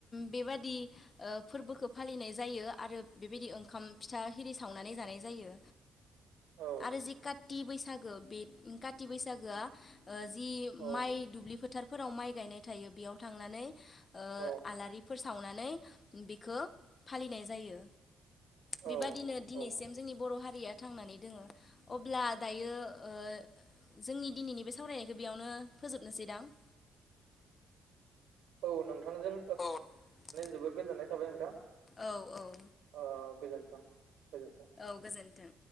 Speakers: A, on the left; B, on the right.
A: बेबादि फोरबोखौ फालिनाय जायो आरो बेबायदि ओंखाम फिथा हिरि सावनानै जानाय जायो।
B: औ
A: आरो जि काति बैसागो बे काति बैसागोआ जि
B: औ
A: माइ दुब्लि फोथारफोराव माइ गायनाय थायो बेयाव थांनानै
B: औ
A: आलारि फोर सावनानै बेखौ फालिनाय जायो।
B: औ
A: बेबादिनो
B: औ
A: दिनैसिम जोंनि बर' हारिया थांनानै दोङो अब्ला दायो बे जोंनि दिनैनि बे सावरायनायखौ बेयावनो फोजोबनोसै दां? <inaudible>
B: औ नोंथांजों
A: <inaudible>
B: जोबोद गोजोननाय थाबाय नोंथां।
A: औ औ
B: ओ गोजोन्थों गोजोन्थों
A: औ गोजोन्थों।